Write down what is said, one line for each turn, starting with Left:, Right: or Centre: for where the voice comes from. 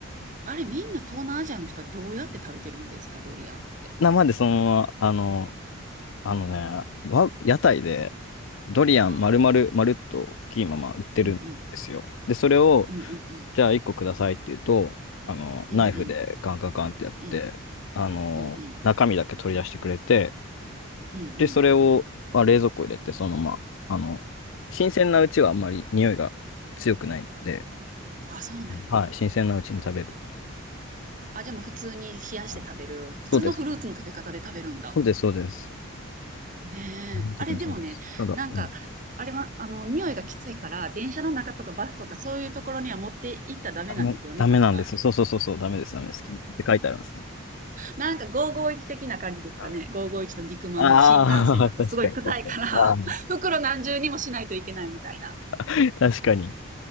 Right: あれみんな東南アジアの人はどうやって食べてるんですか、ドリアンって。
Left: な、までそのまま、あの、あのね、わ、屋台でドリアン丸々、
Right: ああ。
Left: 丸っと大きいまま売ってるんですよ。
Right: うんうん。
Left: で、それを、
Right: うんうんうん。
Left: じゃあ1個くださいって言うと、あの、
Right: うんうん。
Left: ナイフでカンカンカンってやって、
Right: うん
Left: あの、
Right: うんうん。
Left: 中身だけ取り出してくれて、
Right: うんうん。
Left: で、それを、まあ、冷蔵庫入れて、そのまま、あの、新鮮なうちはあんまり匂いが強くないんで、
Right: あ、そうなんだ。
Left: はい、新鮮なうちに食べる。
Right: あ、じゃあもう普通に冷やして食べる。
Left: はい、
Right: 普通のフルーツの食べ方で食べるんだ。
Left: そうですね。そうです、そうです。
Right: ねえ。
Left: 基本的にそうです。
Right: あれでもね、
Left: ただ、
Right: なんか、
Left: うん
Right: あれは、あの、匂いがきついから、電車の中とかバスとかそういうところには持って行ったらダメなんですよね、
Left: ダメ、ダメなんです。
Right: 確か。
Left: そうそうそうそう、ダメです、ダメです。禁止って書いてありますね。
Right: なんか551的な感じですかね。
Left: あ
Right: 551の肉まんも新幹線だとすごい臭いから
Left: あー、<laughs> 確かに、確かに。
Right: <laughs>
Left: あ
Right: 袋何重にもしないといけないみたいな。
Left: ー確かに。